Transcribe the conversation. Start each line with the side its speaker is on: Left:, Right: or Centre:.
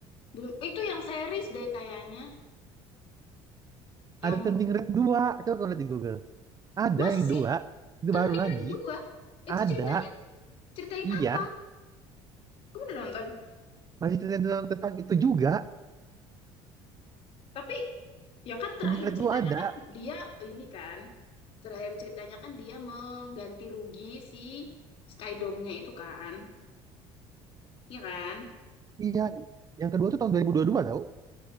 Left: belum itu yang series deh kayaknya. Yang
Right: ada tanding red dua. Coba kamu lihat di Google. Ada
Left: masa
Right: yang
Left: sih
Right: dua itu baru
Left: Turning
Right: lagi.
Left: Red dua
Right: Ada,
Left: Itu ceritanya ceritain
Right: iya.
Left: apa? Kamu udah nonton?
Right: masih tentang, tentang itu juga
Left: Tapi ya kan terakhir
Right: Turning Red
Left: ceritanya
Right: 2 ada
Left: kan dia ini kan terakhir ceritanya kan dia mengganti rugi si Skydome-nya itu kan, ya kan?
Right: iya yang kedua tuh tahun 2022 tau